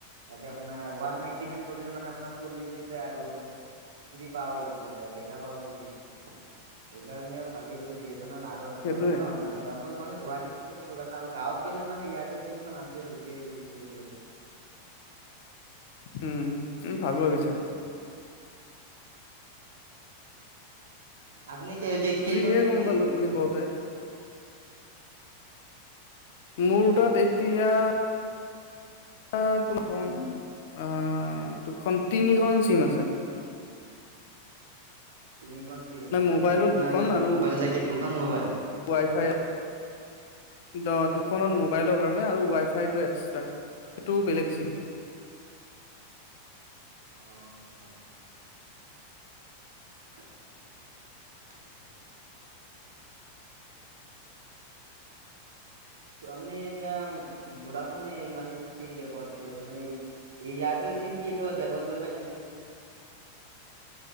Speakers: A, on the right (about 60°); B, on the left (about 50°).
A: তাতে আপোনাৰ ওৱান নাইনটি নাইন কৰিলে মানে আপোনাৰ চল্লিশ দিন যায় আৰু। পাওঁ ডেটা পাওঁ টু জি বি। সেইকাৰণে ভাবি আছো আৰু এখন
B: সেইটোয়ে
A: বনাই ল'ম মানে অকল মানে গুৱাহাটীতে কৰণে আৰু গাঁৱত গ'লে মানে এয়াৰটেল চিমখন আছে সেইটোৱে ইউজ কৰিব পাৰে।
B: উম। ভাল ভাবিছা।
A: আছো। আপনি কে-কেই-কেইখন
B: আজিহে
A: চিমে
B: গম পালো
A: ইউজ
B: তুমি
A: কৰে?
B: কওঁতে মোৰ
A: উম
B: তাত
A: হয়।
B: এতিয়া <unintelligible> তিনিখন চিম আছে।
A: <inaudible> তিনিখন চিম, মানে
B: মোবাইলত
A: আপোনাৰ
B: দুখন
A: চাগে
B: আৰু
A: মোবাইল চাগে দুখন মোবাইল।
B: ৱাই ফাই দ-দুখনত
A: অ',
B: মোবাইলৰ কাৰণে আৰু ৱাই ফাইটো এক্সট্ৰা। সেইটোও বেলেগ চিম।
A: <inaudible> অ হয়। <unintelligible> আপনি এতিয়া ভোডাফোন মানে চিম ব্যৱহাৰ কৰি আছে মানে এই এই এয়াৰটেল চিম কিটো ব্যৱহাৰ কৰি পাইছনে?